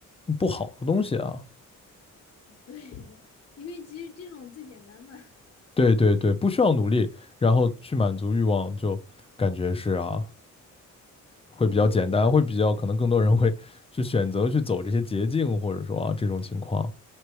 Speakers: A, on the left; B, on the left.
A: 不好的东西啊，
B: <laughs> 对，因为其实这种最简单嘛。
A: 对对对，不需要努力，然后去满足欲望，就感觉是啊，会比较简单，
B: 对，我觉得
A: 会比较可能更多人会去选择去走这些捷径，或者说啊这种情况，